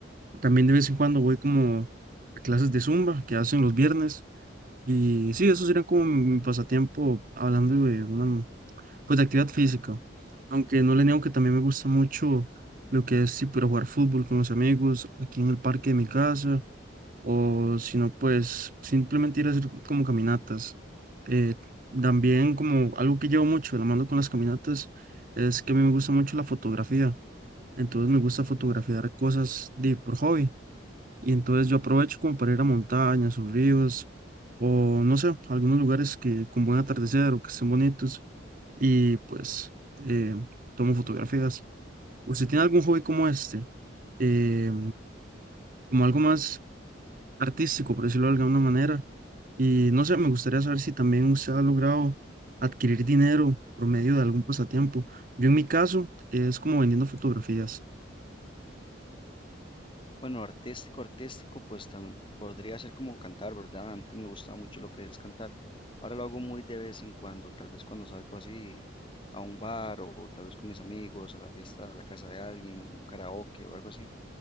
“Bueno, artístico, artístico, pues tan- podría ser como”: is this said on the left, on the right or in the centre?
Left